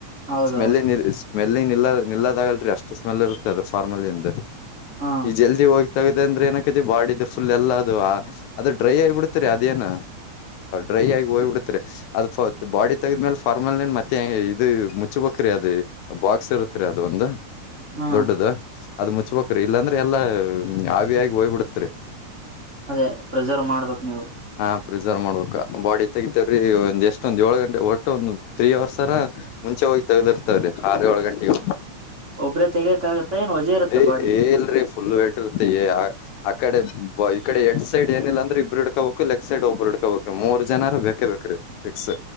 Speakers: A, on the right; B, on the left.
A: ಹೌದೌದು
B: ಸ್ಮೆಲ್ಲಿ ನಿಲ್ ಸ್ಮೆಲ್ಲಿಂಗ್ ನಿಲ್ಲ ನಿಲ್ಲದಾಗಲ್ರಿ ಅಷ್ಟು ಸ್ಮೆಲ್ ಇರುತ್ತೆ ಅದು ಫಾರ್ಮಲ್ಲಿಂದ
A: ಹಾ
B: ಈ ಜಲ್ದಿ ಹೋಗ್ ಗ ಅಂದ್ರೆ ಏನೈತಿ ಬಾಡ ಫುಲ್ ಎಲ್ಲ ಅದು ಅದು ಡ್ರೈ ಆಗಿ ಬಿಡ್ತರಿ ಅದೇಏನ್ ಡ್ರೈ ಆಗಿ ಹೋಯ್ಬ ಬಿಡತ್ರಿ ಅದ ಬಾಡಿ ತೆಗದ್ಮೇಲೆ ಫಾರ್ಮಲ್ನ್ ಮತ್ತೆ ಇದು ಮುಚ್ಬೇಕ್ರೀ ಅದ ಬಾಕ್ಸ್ ಇರುತ್ತರಿ ಅದು ಒಂದು
A: ಹ್ಮ್
B: ದೊಡ್ಡದ ಅದ್ ಮುಚ್ಬಕ್ರೀ ಇಲ್ಲಾಂದ್ರೆ ಎಲ್ಲಾ ಹಾವಿಯಾಗಿಿ ಹೋಗ್ ಬಿಡತರಿ
A: ಅದೇ ಪ್ರಿಸರ್ವ್ ಮಾಡ್ಬೇಕ ನೀವು
B: ಹಾ ಪ್ರಿಸರ್ವ್ ಮಾಡ್ಬೇಕ ಬಾಡಿ ತೆಗಿತೇ್ರೀ ಒಂದ ಎಷ್ಟೊಂದ್ ಏಳು ಗಂಟೆ ಒಟ್ಟು ಒಂದು ತ್ರೀ ಅವರ್ಸ್ ತರ ಮುಂಚೆ ಹೋಗಿ ತಗದಿರ್ತದೆ್ರ ಆರು ಏಳು ಗಂಟೆಗೆ
A: ಒಬ್ಬ್ರೇ ತೆಗಿಯಕ್ ಆಗತ್ತ ಏನ್ ವಜೆ ಇರುತ್ತ
B: ಏ
A: ಬಾಡಿ
B: ಏ ಇಲ್ರಿರಿ ಫುಲ್ ವಟರ್ತ ಆಕಡೆ ಈ ಕಡೆ ಎಡ್ ಸೈಡ್ ಏನಿಲ್ಲ ಅಂದ್ರೆ ಇಬ್ರು ಹಿಡ್ಕೋಬೇಕುಲೆಗ್ಕ್ ಸೈಡ್ ಒಬ್ಬರು ಹಡ್ಕೋಬೇಕ್ರೀ ಮೂರ್ ಜನಾರ ಬೇಕೇ ಬೇಕ್ರೀ ಫಿಕ್ಸ್